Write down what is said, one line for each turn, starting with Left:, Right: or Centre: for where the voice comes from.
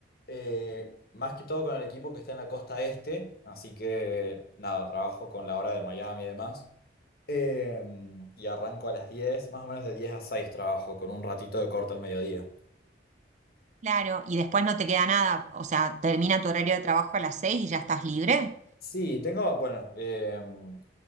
Left: eh, más que todo con el equipo que está en la costa este, así que nada, trabajo con la hora de Miami y demás. Eh, y arranco a las 10, más o menos de 10 a 6 trabajo, con un ratito de corte al mediodía.
Right: Claro, y después no te queda nada, o sea, termina tu horario de trabajo a las seis y ya estás libre.
Left: Sí, tengo, bueno, em,